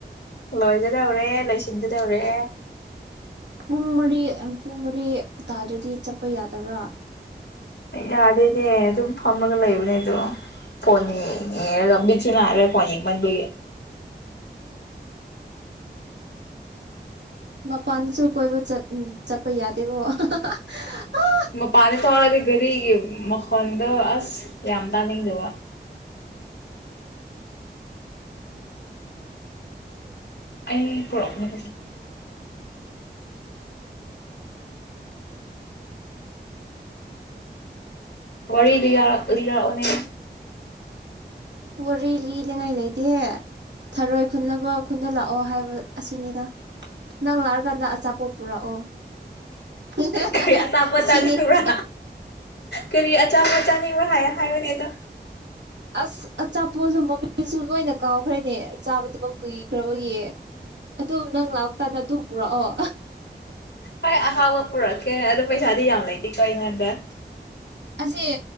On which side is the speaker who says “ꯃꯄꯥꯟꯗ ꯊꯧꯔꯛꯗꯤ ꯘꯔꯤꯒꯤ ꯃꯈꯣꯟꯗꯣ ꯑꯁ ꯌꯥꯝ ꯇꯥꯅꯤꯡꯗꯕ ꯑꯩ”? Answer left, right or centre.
Left